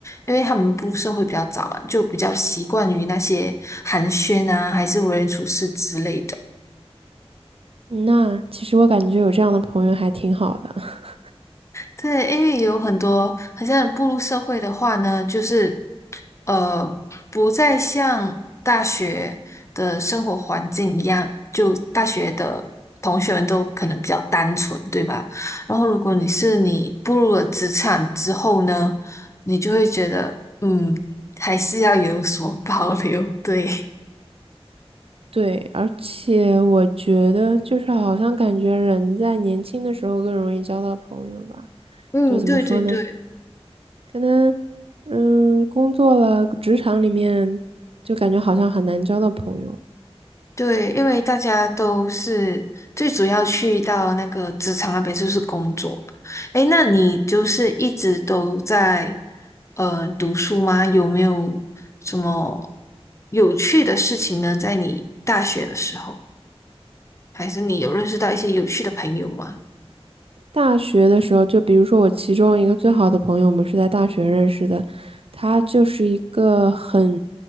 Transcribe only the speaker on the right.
那其实我感觉有这样的朋友还挺好的。<laughs>
对，而且我觉得就是好像感觉人在年轻的时候更容易交到朋友吧，
就怎么说呢？
可能嗯，工作了，职场里面就感觉好像很难交到朋友，
大学的时候，就比如说我其中一个最好的朋友，我们是在大学认识的，他就是一个很